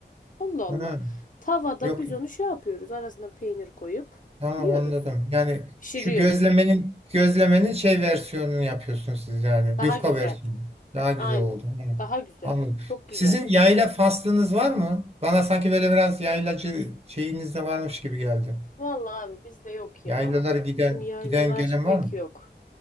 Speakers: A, on the left; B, on the right.
A: Allah Allah.
B: Ha,
A: Tavada
B: yok.
A: biz onu şey yapıyoruz. Arasına peynir koyup
B: Tamam
A: yiyoruz.
B: anladım. Yani
A: Pişiriyoruz.
B: şu gözlemenin gözlemenin şey versiyonunu yapıyorsunuz siz yani.
A: Daha
B: Yufka
A: güzel.
B: versiyonu. Daha güzel
A: Aynen.
B: oldu. Hı,
A: Daha güzel.
B: Anladım.
A: Çok
B: Sizin
A: güzel.
B: yayla faslınız var mı? Bana sanki böyle biraz yaylacı şeyiniz de varmış gibi geldi.
A: Vallahi abi bizde yok ya.
B: Yaylalara giden
A: Bizim yaylalar
B: giden gelen
A: pek
B: var mı?
A: yok.